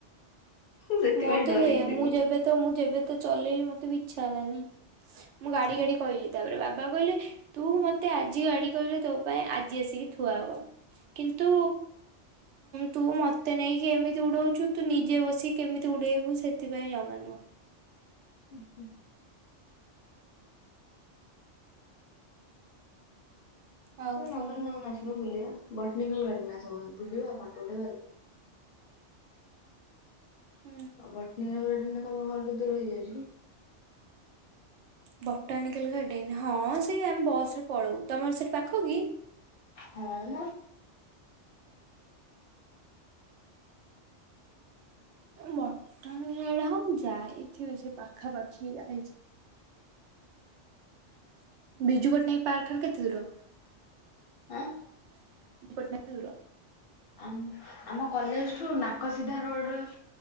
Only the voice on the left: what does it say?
ମୁଁ ସେଥିପାଇଁ
ଡରିକି
ଯିବୁନି।
ହୁଁ ହୁଁ।
ତୁ ନନ୍ଦନ
କାନନ ଆସୁନୁ ବୁଲିଆ। ବଟନିକାଲ ଗାର୍ଡେନ ଆସ ବୁଲିଆ ଫଟୋ ଉଠେଇବା।
ଆଉ ବଟନିକାଲ ଗାର୍ଡେନ ତମ ଘରଠୁ କେତେ ଦୂର ହେଇଯାଉଛି କି?
ହଁ ମ।
ଆଁ।
ଆମ ଆମ କଲେଜଠୁ ନାକ ସିଧା ରୋଡ